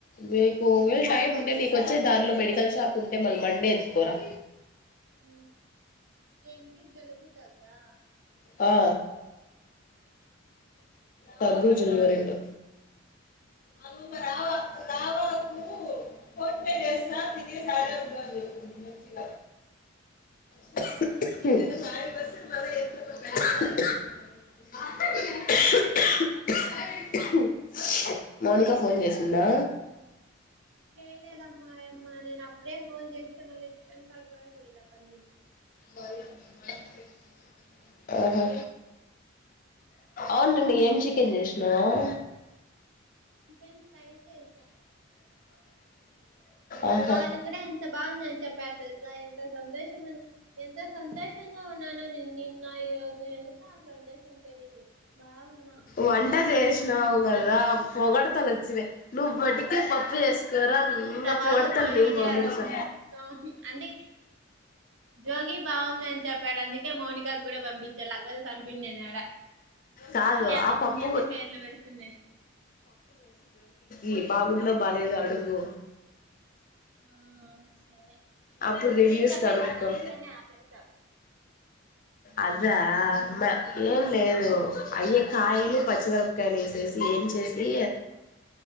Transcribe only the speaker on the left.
మీకు వీళ్ళు టైమ్ ఉంటే నీకు వచ్చే దారిలో మెడికల్ షాప్ ఉంటే మల్ బండేది పోరా
ఆ దగ్గు జలుబు రెండు ఆలు మరవా రావద్దు ఫోన్ పే జేస్తా సరే వుండు అని చెపింది మంచిగ <unintelligible> మౌనికా ఫోన్ చేసిందా
భయము మనం పెటింది ఆహా అవున్ నిన్న ఏం చికెన్ చేసినావు
ఆహా
వంట చేేష్ స్నావుగద పోగడతల్ వచ్చినయ్ నువ్ మటికే పప్పు
చేసుకోరా
ఇంగా పోగడతాల్
నేన్ పోగుడుత
కాదు
ఆ
పప్పు
ఈ బాగుందో బాలేదో అడుగు
అప్పుడు
రివ్యూస్
కనుకో
అద్ దా మ ఏం లేదు అయ్యే కాయలు పచ్చిమిరపకాయలు వేసేసి ఏం చేసి